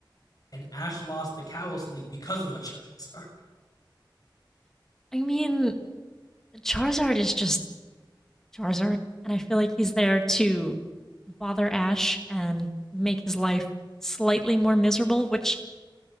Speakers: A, on the left; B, in the centre.
A: and Ash lost the Kalos League because of a <laughs> Charizard.
B: I mean, Charizard is just Charizard. And I feel like he's there to bother Ash and make his life slightly more miserable, which